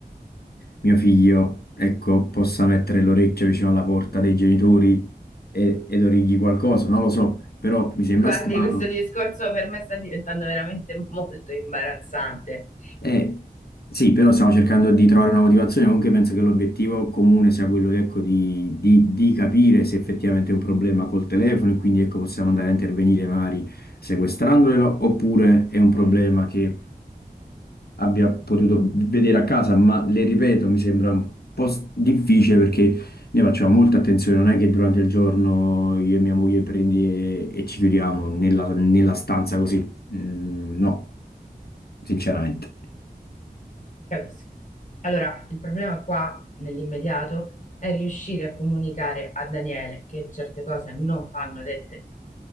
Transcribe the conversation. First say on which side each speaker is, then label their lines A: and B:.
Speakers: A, on the left (about 80°); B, on the left (about 55°).
A: mio figlio, ecco, possa mettere l'orecchio vicino alla porta dei genitori e, ed origli qualcosa, non lo so, però mi sembra
B: guardi,
A: strano.
B: questo discorso per me sta diventando veramente molto imbarazzante.
A: Eh, sì, però stiamo cercando di trovare una motivazione, comunque penso che l'obiettivo comune sia quello, ecco, di, di- di capire se effettivamente è un problema col telefono e quindi, ecco, possiamo andare a intervenire magari sequestrandolo oppure è un problema che abbia potuto vedere a casa, ma le ripeto, mi sembra un po' s- difficile perché noi facciamo molta attenzione, non è che durante il giorno io e mia moglie prendi e, e ci chiudiamo nella, nella stanza così. Mm, no, sinceramente.
B: Capisco. Allora, il problema qua nell'immediato è riuscire a comunicare a Daniele che certe cose non vanno dette